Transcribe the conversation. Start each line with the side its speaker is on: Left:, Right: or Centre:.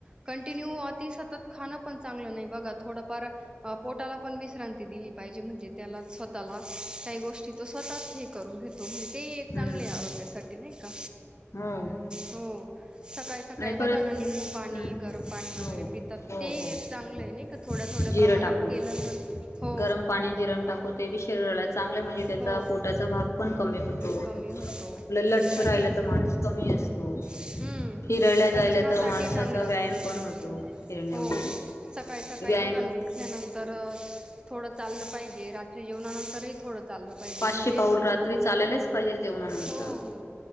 Right: कंटिन्यू अ सतत खाण पण चांगलं नाही बा थोडफार पोटाला पण विश्रांती दिली पाहिजे म्हणजे त्या स्वतःला काही गोष्टी तो स्वतःच हे करून घेतो म्हणजे ते एक
Left: हम्म.
Right: चांगले आहे आरोग्यासाठी नाही का
Left: हम्म.
Right: हो. सकाळी सकाळी
Left: आणि परत
Right: बघा ना निंबू पाणी,
Left: हम्म.
Right: गरम पाणी वगैरे
Left: हो.
Right: पितात तर
Left: हो
Right: ते
Left: हो
Right: एक चांगलं
Left: हो.
Right: आहे नाही का थोड्या थोड्या
Left: जिरं
Right: प्रमाणात
Left: टाकू
Right: केलं तर हो
Left: गरम पाणी, जिरम टाकू ते बी शरीराला चांगले म्हणजे
Right: हो
Left: त्या पोटाचा भाग पण कमी होतो,
Right: कमी होतो
Left: आपलं लठ्ठ
Right: पचन
Left: राहिला तर माणूस कमी असतो.
Right: हम्म
Left: फिरायला जायला
Right: पच्चनासाठी
Left: तर माणसाचा
Right: चांगलं
Left: व्यायाम
Right: असत ते
Left: पण होतो फिरण्यामुळे
Right: हो. सकाळी सकाळी
Left: व्यायाम
Right: बघा ना
Left: हा
Right: उठल्यानंतर थोडं चाललं पाहिजे, रात्री जेवणानंतरही थोडं चाललं पाहिजे
Left: पाचशे
Right: म्हणजे
Left: पाऊल रात्री चालायलाच पाहिजे जेवणानंतर.
Right: हो हो